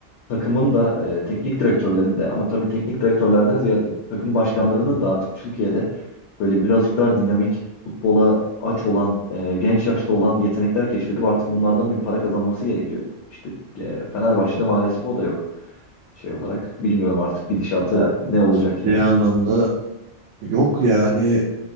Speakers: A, on the left (about 75°); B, on the right (about 80°).
A: takımın da e, teknik direktörlerin de ama tabii teknik direktörlerden ziyade takım başkanlarının da artık Türkiye'de böyle birazcık daha dinamik futbola aç olan e, genç yaşta olan yetenekler keşfedip artık bunlardan bir para kazanması gerekiyor. İşte e, Fenerbahçe'de maalesef o da yok şey olarak. Bilmiyorum artık gidişatı
B: Ya,
A: ne olacak
B: ciddi
A: yani.
B: anlamda yok yani